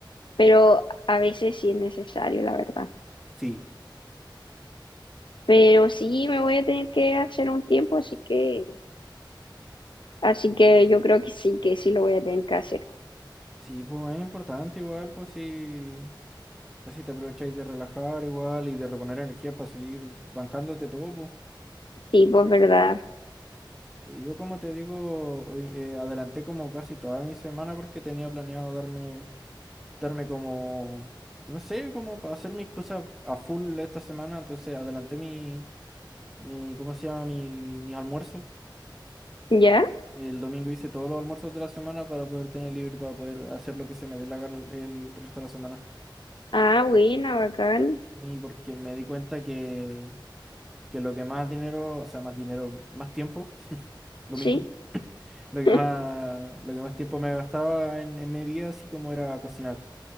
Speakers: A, on the left; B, in the centre.
A: pero a veces sí es necesario, la verdad.
B: Sí.
A: Pero sí me voy a tener que hacer un tiempo, así que, así que yo creo que sí, que sí lo voy a tener que hacer.
B: Sí, pues es importante igual, pues si, así te aprovecháis de relajar igual y de reponer energía para seguir bancándote todo, pues.
A: Sí, pues verdad.
B: Sí, yo como te digo, hoy, eh, adelanté como casi toda mi semana porque tenía planeado darme, darme como, no sé, como para hacer mis cosas a full esta semana, entonces adelanté mi, mi, ¿cómo se llama? Mi, mi almuerzo.
A: ¿Ya?
B: El domingo hice todos los almuerzos de la semana para poder tener libre, para poder hacer lo que se me dé la gana el resto de la semana.
A: Ah, buena, bacán.
B: Y porque me di cuenta que, que lo que más dinero, o sea, más dinero, más tiempo, <laughs> lo
A: Sí,
B: mismo, lo que
A: <laughs>
B: más, lo que más tiempo me gastaba en, en mi día, así como era cocinar.